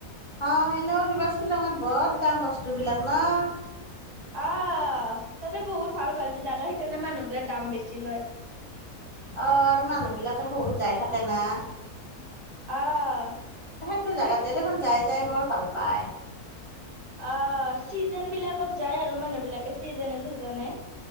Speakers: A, on the left (about 20°); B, on the right (about 80°).
A: অ', এনেও কিবা শ্বিলঙত বৰ দাম বস্তু বিলাক ন'?
B: আহ তাতে বহুত ভাল-ভাল যে জাগা সেইকাৰণে মানুহ বিলাক দাম বেছি লয়।
A: অ', আৰু মানুহ বিলাকে বহুত যাই থাকে না।
B: অ'।
A: এইটো জেগাতে দেখোন যাই-যাই বৰ ভাল পায়।
B: অ চিজন বিলাকত যায় আৰু মানুহ বিলাকে চিজনে চিজনে